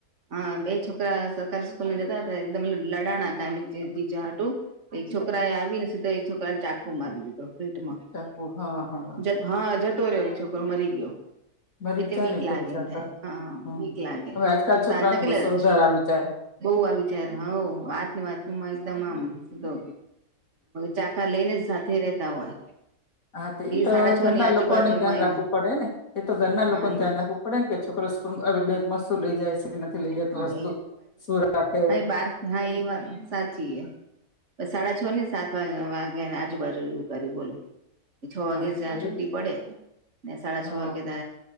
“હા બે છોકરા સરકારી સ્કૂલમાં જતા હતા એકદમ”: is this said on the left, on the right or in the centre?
Right